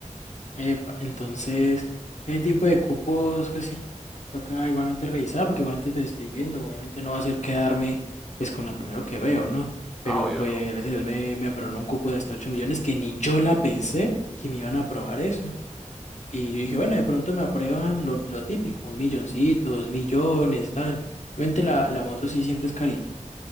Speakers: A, on the left; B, in the centre.
A: Epa, entonces, ese tipo de cupos, pues sí, toca igualmente revisar, porque igualmente pues, estoy viendo, obviamente no va a ser quedarme pues con la primero que veo, ¿no? Pero
B: Ah, obvio
A: pues
B: no.
A: gracias a Dios me, me aprobaron un cupo de hasta 8 millones que ni yo la pensé que me iban a aprobar eso. Y yo dije, bueno, de pronto me aprueban lo, lo típico, un milloncito, dos millones, tal. Obviamente la, la moto sí siempre es carita,